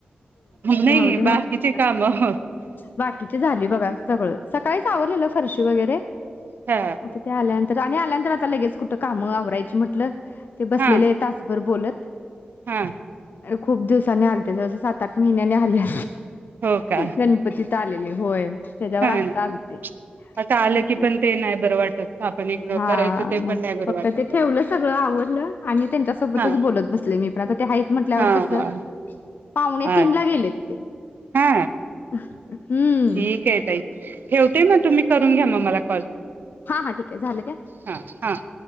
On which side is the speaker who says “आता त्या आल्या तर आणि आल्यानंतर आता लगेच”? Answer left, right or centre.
Left